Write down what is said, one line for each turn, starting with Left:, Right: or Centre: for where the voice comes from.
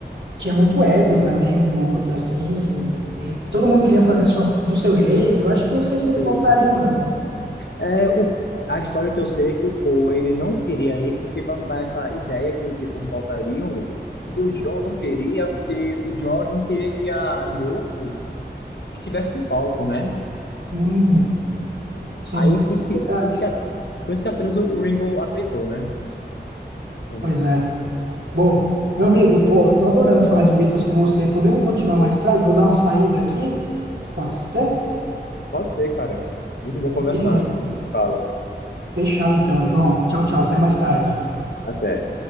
Right: tinha muito ego também um do outro, assim, e todo mundo queria fazer sua, do seu jeito. Eu acho que não sei se eles
Left: Isso.
Right: voltariam, não.
Left: É, o, a história que eu sei é que o Paul ele não queria ir porque para não dar essa ideia que os Beatles voltariam, e o John não queria porque o George não queria que a Yoko estivesse no palco, né?
Right: Hum, sim,
Left: Aí por isso
Right: é
Left: que,
Right: verdade.
Left: por isso que, por isso que apenas o Ringo aceitou, né? Também.
Right: Pois é. Bom, meu amigo, pô, tô adorando falar de Beatles com você. Podemos continuar mais tarde? Vou dar uma saída aqui. Pode ser?
Left: Pode ser, cara. Muito bom conversar.
Right: Beleza.
Left: A gente se fala.
Right: Fechado então, João. Tchau, tchau. Até mais tarde.
Left: Até.